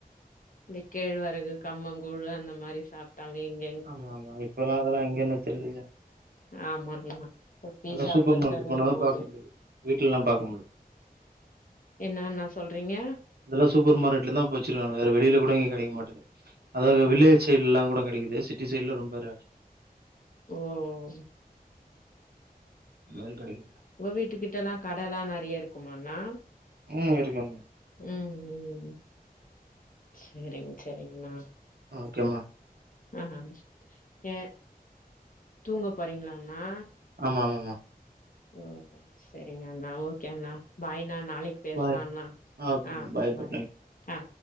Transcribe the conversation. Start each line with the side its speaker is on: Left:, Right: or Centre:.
Left: இந்த கேழ்வரகு கம்மங்கூழு அந்த மாரி சாப்ட்டாங்க எங்
Right: ஆமா ஆமா இப்பலா அதெல்லா எங்கென்னே தெரிலயே
Left: ஆமாங்ணா இப்போ பீஸா
Right: அதா சூப்பர்
Left: பர்கர்ன்னு
Right: மார்க்கெட் போனாதா
Left: போது
Right: பாக்க முடியுது வீட்லல்லா பாக்க முடில
Left: என்னாணா சொல்றீங்க
Right: அதுலா சூப்பர் மார்க்கெட்ல தா இப்ப வச்சிருக்காங்க வேற வெளில கூட எங்க கெடைக்க மாட்டுது அதாது வில்லேஜ்
Left: ஆமா
Right: சைடுல்லா கூட கெடைக்கிது சிட்டி சைட்ல ரொம்ப ரேர்
Left: ஓ ஓ
Right: மறு கடைக்கில
Left: உங்க வீட்டுக்கிட்டலா கடலா நெறைய இருக்குமாண்ணா
Right: ம் இருக்குங்க
Left: ம் ம் செரிங் செரிங்ணா
Right: ஓகே மா
Left: ஆ ஹா ஏ தூங்க போறீங்ளாண்ணா
Right: ஆமா ஆமாமா
Left: ஓ செய்ரிங்கண்ணா ஓகே அண்ணா பாய்னா நாளைக் பேஸ்லாண்ணா
Right: பாய். ஓகேம்மா.
Left: ஆ
Right: குட்
Left: பாய்
Right: நைட்.
Left: ஆ